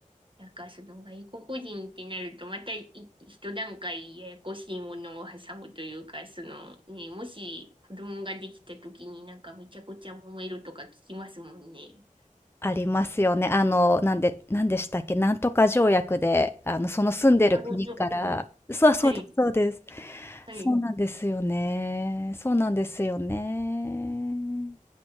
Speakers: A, on the right (about 35°); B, on the left (about 15°).
A: なんかその外国人ってなると、またい一段階ややこしいものを挟むというか、そのね、もし子供ができた時になんかめちゃくちゃ揉めるとか聞きますもんね。
B: ありますよね。あの、なんで、なんでしたっけ、なんとか条約で、あの、その住んでる国から、
A: あご存知
B: そう、そうです、
A: はい、
B: そうです。
A: はい。
B: そうなんですよね。そうなんですよね。